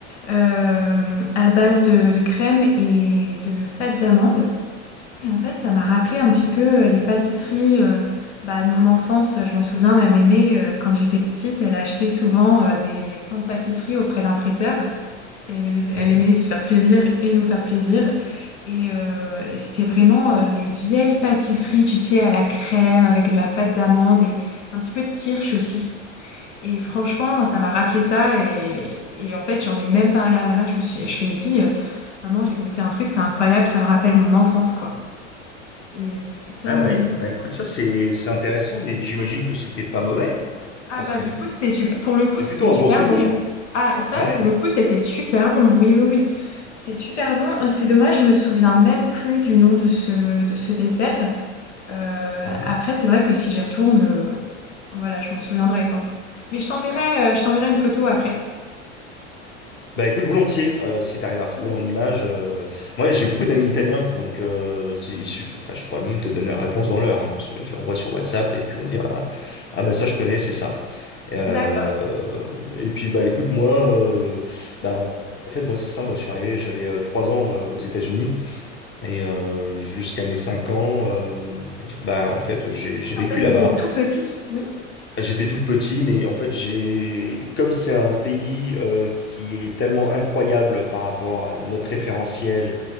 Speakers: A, on the left; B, on the left.
A: euh, à base de, de crème et de pâte d'amande. Et en fait, ça m'a rappelé un petit peu euh, les pâtisseries euh, bah, de mon enfance. Je m'en souviens, ma mémé, euh, quand j'étais petite, elle achetait souvent euh, des, plein de pâtisseries auprès d'un traiteur. Parce qu'elle aimait,
B: mhm.
A: elle aimait se faire plaisir et nous faire plaisir. Et, euh, et c'était vraiment euh, les vieilles pâtisseries, tu sais, à la crème, avec de la pâte d'amande et un petit peu de kirsch aussi. Et franchement, ça m'a rappelé ça. Et, et en fait, j'en ai même parlé à ma mère. Je me suis, je lui ai dit, euh, Maman, j'ai goûté un truc, c'est incroyable, ça me rappelle mon enfance, quoi. Et c'était tellement
B: Ah ouais,
A: bon.
B: bah écoute, ça c'est c'est intéressant, mais j'imagine que c'était pas mauvais,
A: Ah
B: forcément.
A: bah du coup, c'était super. Pour le coup,
B: C'est
A: c'était
B: plutôt
A: super
B: un bon souvenir.
A: bon. Ah, ça,
B: Ouais.
A: pour le coup, c'était super bon. Oui, oui, oui. C'était super bon. Euh, C'est dommage, je me souviens même plus du nom de ce, de ce dessert. Euh,
B: mhm.
A: après, c'est vrai que si j'y retourne, euh, voilà, je m'en souviendrai, quoi. Mais je t'enverrai, euh, je t'enverrai une photo après.
B: Bah écoute, volontiers, euh, si t'arrives à retrouver
A: Oui.
B: en images. euh, Moi, j'ai beaucoup d'amis italiens, donc euh, c'est- il suff- enfin, je pourrais même te donner la réponse dans l'heure. hein. Je leur envoie sur WhatsApp et puis on me dit ah, ah bah ça je connais, c'est ça. Euh,
A: D'accord.
B: Et puis bah écoute, moi, euh, bah en en fait moi c'est ça. Moi je suis arrivé, j'avais euh, trois ans euh, aux États-Unis et euh, jusqu'à mes cinq ans, euh, bah en fait j'ai j'ai
A: Oui,
B: vécu
A: En fait,
B: là-bas.
A: c'était tout petit. Oui,
B: J'étais tout petit, mais en fait, j'ai, comme c'est un pays euh, qui est tellement incroyable par rapport à notre référentiel